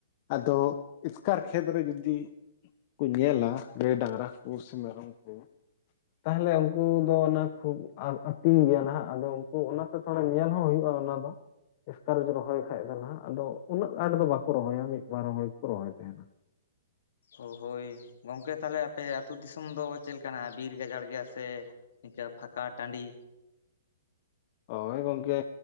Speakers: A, on the left (about 45°); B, on the left (about 70°).
A: ᱟᱫᱚ ᱮᱥᱠᱟᱨ ᱠᱷᱮᱛ ᱨᱮ ᱡᱩᱫᱤ ᱠᱚ ᱧᱮᱞᱟ ᱜᱟᱹᱭ ᱰᱟᱝᱨᱟ ᱠᱚ ᱥᱮ ᱢᱮᱨᱚᱢ ᱠᱚ
B: <inaudible>
A: ᱛᱟᱦᱚᱞᱮ ᱩᱱᱠᱩ ᱫᱚ ᱚᱱᱟ ᱠᱷᱩᱵ ᱟᱨ ᱟᱹᱛᱤᱧ ᱜᱮᱭᱟ ᱱᱟᱦᱟᱜ ᱟᱫᱚ ᱩᱱᱠᱩ ᱚᱱᱟᱛᱮ ᱛᱷᱚᱲᱟ ᱧᱮᱞ ᱦᱚᱸ ᱦᱩᱭᱩᱜᱼᱟ ᱚᱱᱟ ᱫᱚ᱾ ᱮᱥᱠᱟᱨ ᱨᱮᱪᱚ ᱨᱚᱦᱚᱭ ᱠᱷᱟᱡ ᱫᱚ ᱱᱟᱦᱟᱜ ᱟᱫᱚ ᱩᱱᱟᱹᱜ ᱟᱴ ᱫᱚ ᱵᱟᱠᱚ ᱨᱚᱦᱚᱭᱟ ᱢᱤᱫ ᱵᱟᱨ ᱦᱚᱭ ᱜᱮᱠᱚ ᱨᱚᱦᱚᱭ ᱛᱟᱦᱮᱸᱱᱟ᱾
B: ᱚ ᱦᱳᱭ, ᱜᱚᱝᱠᱮ ᱛᱟᱦᱚᱞᱮ ᱟᱯᱮ ᱟᱹᱛᱩ ᱫᱤᱥᱚᱢ ᱫᱚ ᱪᱮᱫ ᱞᱮᱠᱟᱱᱟ ᱵᱤᱨ ᱜᱟᱡᱟᱲ ᱜᱮᱭᱟᱥ ᱛᱮ ᱱᱤᱠᱟ ᱯᱷᱟᱸᱠᱟ ᱴᱟᱺᱰᱤ?
A: ᱚᱭ ᱜᱚᱝᱠᱮ